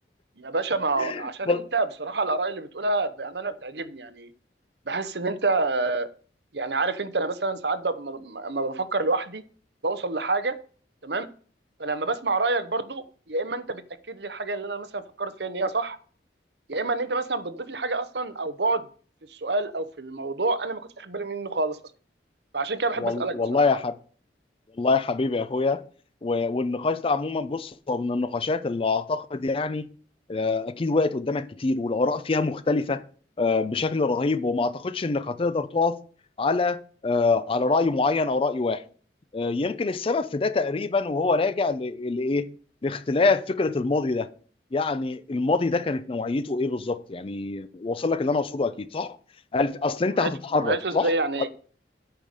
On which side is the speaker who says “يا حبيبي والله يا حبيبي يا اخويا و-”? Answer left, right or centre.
Left